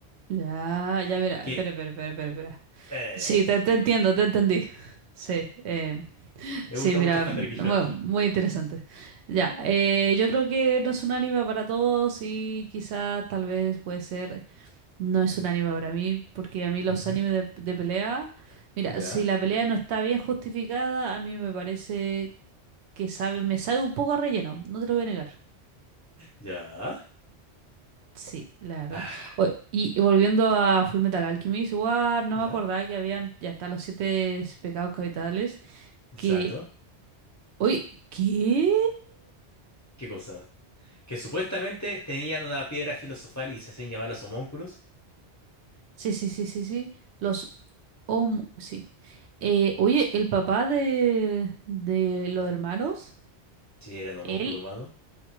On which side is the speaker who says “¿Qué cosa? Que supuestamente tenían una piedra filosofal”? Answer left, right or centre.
Left